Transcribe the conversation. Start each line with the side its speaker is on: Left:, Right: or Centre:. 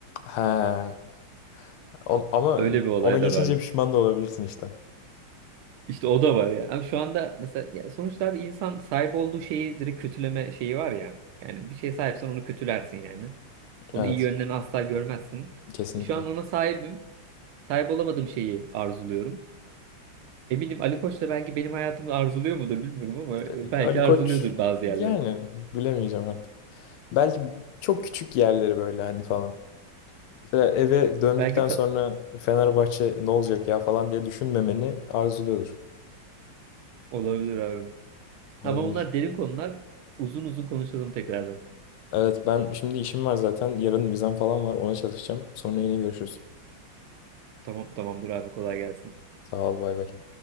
Left: He. On- ama
Right: Öyle bir olay
Left: ona geçince
Right: da var
Left: pişman da olabilirsin işte.
Right: İşte o da var yani. Abi şu anda mesela ya sonuçta abi insan sahip olduğu şeyi direkt kötüleme şeyi var ya. Yani bir şeye sahipsen onu kötülersin yani. Onu
Left: Evet.
Right: iyi yönlerini asla görmezsin.
Left: Kesinlikle.
Right: E şu an ona sahibim. Sahip olamadığım şeyi arzuluyorum. Eminim Ali Koç da belki benim hayatımı arzuluyor mudur bilmiyorum ama e,
Left: E,
Right: belki
Left: Ali Koç
Right: arzuluyordur bazı yerlerde.
Left: yani bilemeyeceğim artık. Belki çok küçük yerleri böyle hani falan. Mesela eve döndükten
Right: Belki ta-
Left: sonra Fenerbahçe ne olacak ya falan diye düşünmemeni arzuluyordur.
Right: olabilir abi.
Left: Olabilir.
Right: Ama bunlar derin konular. Uzun uzun konuşalım tekrardan.
Left: Evet ben şimdi işim var zaten. Yarın vizem falan var. Ona çalışacağım. Sonra yine görüşürüz.
Right: Tamam tamamdır abi kolay gelsin.
Left: Sağ ol bay bay.